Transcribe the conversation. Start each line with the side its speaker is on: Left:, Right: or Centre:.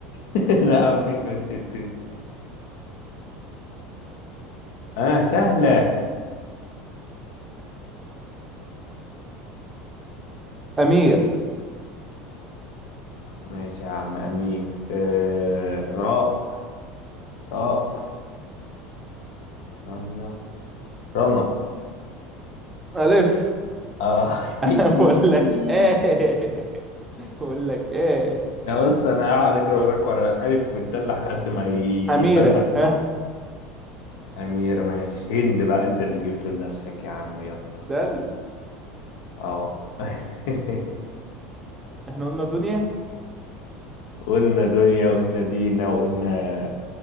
Left: <laughs> لا مفيش مشي تاني اه سهلة
Right: أمير
Left: ماشي يا عم أمير آه راء راء رانيا رنا
Right: ألف
Left: اه
Right: <laughs>
Left: <laughs>
Right: بقول لك إيه بقول لك إيه
Left: يا بص انا هقعد اقرا وراك ورا الف والدال لحد ما يبان
Right: أميرة
Left: لك
Right: ها
Left: صح امير ماشي هند بقى انت اللي جبته لنفسك يا عم يلا
Right: دل
Left: اه <laughs>
Right: احنا قلنا دنيا
Left: قلنا دنيا قلنا دينا وقلنا